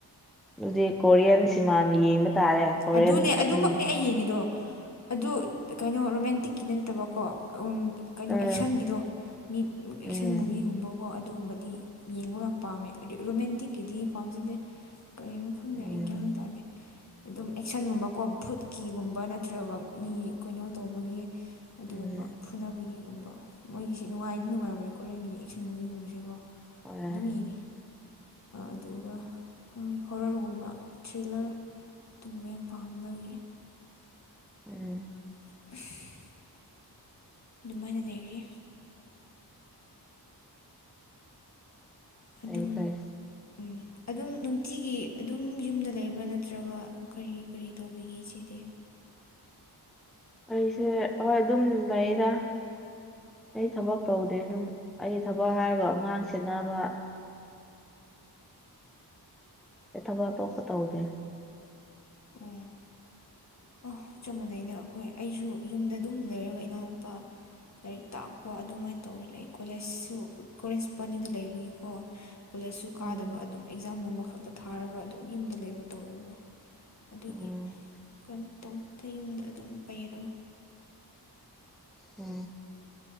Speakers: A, in the centre; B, on the left.
A: ꯑꯗꯨꯗꯤ ꯀꯣꯔꯤꯌꯥꯟ ꯁꯤꯃꯥꯟ ꯌꯦꯡꯕ ꯇꯥꯔꯦ ꯀꯣꯔꯤꯌꯟ
B: ꯑꯗꯨꯅꯦ ꯑꯗꯨꯃꯛꯅꯦ
A: ꯃꯨꯚꯤ
B: ꯑꯩ ꯌꯦꯡꯉꯤꯗꯣ ꯑꯗꯨ ꯀꯩꯅꯣ ꯔꯣꯃꯦꯟꯇꯤꯛꯀꯤꯗꯤ ꯅꯠꯇꯕ ꯀꯣ꯫ ꯀꯩꯅꯣ
A: ꯎꯝ
B: ꯑꯦꯛꯁꯟꯒꯤꯗꯣ, ꯃꯤ ꯑꯦꯛꯁꯟ
A: ꯎꯝ
B: ꯃꯨꯚꯤꯒꯨꯝꯕ ꯀꯣ꯫ ꯑꯗꯨꯒꯨꯝꯕꯗꯤ ꯌꯦꯡꯕ ꯌꯥꯝ ꯄꯥꯝꯃꯦ ꯔꯣꯃꯦꯟꯇꯤꯛꯀꯤꯗꯤ ꯄꯥꯝꯖꯗꯦ꯫ ꯀꯩꯅꯣ ꯈꯪꯗꯦ
A: ꯎꯝ
B: ꯑꯩ ꯒꯤꯌꯥꯟ ꯃꯦꯟ ꯇꯗꯦ꯫ ꯑꯗꯨꯝ ꯑꯦꯛꯁꯟꯒꯨꯝꯕ ꯀꯣ ꯐꯨꯗꯀꯤꯒꯨꯝꯕ ꯅꯠꯇ꯭ꯔꯒ ꯃꯤ ꯀꯩꯅꯣ ꯇꯧꯕꯒꯤ, ꯑꯗꯨꯒꯨꯝꯕ
A: ꯎꯝ
B: ꯐꯨꯅꯕꯒꯤꯒꯨꯝꯕ ꯃꯣꯏꯒꯤꯁꯤ ꯅꯨꯡꯉꯥꯏꯗꯤ ꯅꯨꯡꯉꯥꯏꯕꯅꯦ ꯀꯣꯔꯤꯌꯟꯒꯤ ꯑꯦꯛꯁꯟ ꯃꯨꯚꯤꯒꯨꯝꯕꯁꯦ ꯀꯣ꯫
A: ꯍꯣꯏ
B: ꯑꯗꯨꯝ ꯌꯦꯡꯉꯤ ꯑꯗꯨꯒ ꯍꯣꯔꯔꯒꯨꯝꯕ ꯊ꯭ꯔꯤꯂꯔ ꯇꯣꯡꯕ ꯌꯥꯝ ꯄꯥꯝꯕꯒꯤ
A: ꯎꯝ
B: <unintelligible> ꯗꯨꯃꯥꯏꯅ ꯂꯩꯔꯤ꯫ ꯑꯗꯨꯝ
A: ꯐꯩ ꯐꯩ
B: ꯎꯝ ꯑꯗꯨꯝ ꯅꯨꯡꯇꯤꯒꯤ ꯑꯗꯨꯝ ꯌꯨꯝꯗ ꯂꯩꯕ꯭ꯔꯥ ꯅꯠꯇ꯭ꯔꯒ ꯀꯔꯤ ꯀꯔꯤ ꯇꯧꯕꯤꯒꯦ ꯏꯆꯦꯗꯤ꯫
A: ꯑꯩꯁꯦ ꯍꯣꯏ ꯑꯗꯨꯝ ꯂꯩꯌꯦꯗ꯫ ꯑꯩ ꯊꯕꯛ ꯇꯧꯗꯦ ꯑꯗꯨꯝ ꯑꯩ ꯊꯕꯛ ꯍꯥꯏꯔꯒ ꯑꯉꯥꯡ ꯁꯦꯅꯕ꯫ ꯊꯕꯛ ꯑꯇꯣꯞꯄ ꯇꯧꯗꯦ꯫
B: ꯑꯣ ꯑ ꯆꯞ ꯃꯥꯟꯅꯩꯗ ꯑꯩꯈꯣꯏ ꯑꯩꯁꯨ ꯌꯨꯝꯗ ꯑꯗꯨꯝ ꯂꯩꯔꯒ ꯏꯅꯥꯎꯨꯄꯥ ꯂꯥꯏꯔꯤꯛ ꯇꯥꯛꯄ ꯑꯗꯨꯃꯥꯏꯅ ꯇꯧꯔ ꯂꯩ ꯀꯣꯂꯦꯖꯁꯨ ꯀꯂꯦꯟꯁꯄꯅꯤꯡꯗ ꯂꯩꯕꯒꯤꯀꯣ ꯀꯣꯂꯦꯖꯁꯨ ꯀꯥꯗꯕ
A: ꯎꯝ
B: ꯑꯗꯨꯝ ꯑꯦꯛꯖꯥꯝꯒꯨꯝꯕ ꯈꯛꯇ ꯊꯥꯔꯒ ꯑꯗꯨꯝ ꯌꯨꯝꯗ ꯂꯩꯕ ꯇꯧꯋꯦꯕ ꯑꯗꯨꯒꯤ
A: ꯎꯝ
B: ꯀꯩꯝ ꯇꯧꯗ ꯌꯨꯝꯗ ꯑꯗꯨꯝ ꯄꯩꯔꯒ
A: ꯎ